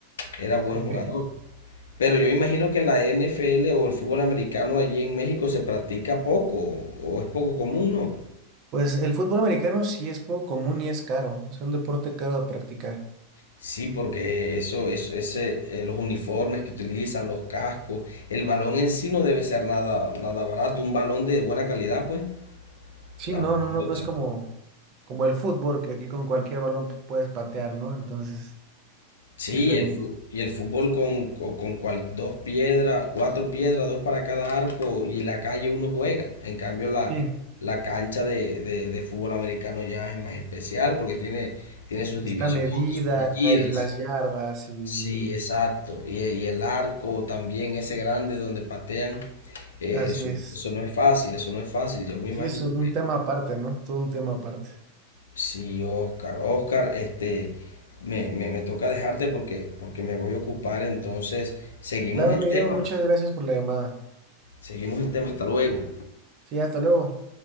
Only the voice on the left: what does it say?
era buen
jugador. Pero yo imagino que la NFL o el fútbol americano allí en México se practica poco o es poco común, ¿no?
Sí, porque eso, eso ese, eh, los uniformes que utilizan, los cascos, el balón en sí no debe ser nada, nada barato, un balón de buena calidad, pues,
la
pelota.
Sí,
el fu- y el fútbol con, con, con cual- dos piedras, cuatro piedras, dos para cada arco y la calle uno juega. En cambio, la,
la cancha de, de, de fútbol americano ya es más especial porque tiene, tiene sus divisiones,
sus medidas.
Sí,
exacto. Y, y el arco también, ese grande donde patean, eh,
eso,
eso no es fácil, eso no es fácil. Yo me imagino
Sí, Oscar, Oscar, este, me, me, me toca dejarte porque, porque me voy a ocupar, entonces seguimos
el
tema,
seguimos el tema, hasta luego.